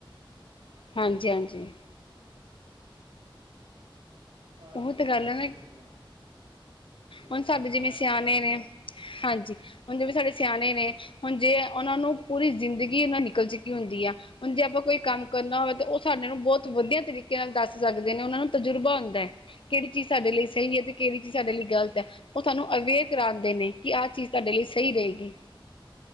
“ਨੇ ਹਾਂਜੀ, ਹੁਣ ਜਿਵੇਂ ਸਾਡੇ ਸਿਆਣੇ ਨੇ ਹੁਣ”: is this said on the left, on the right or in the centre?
Left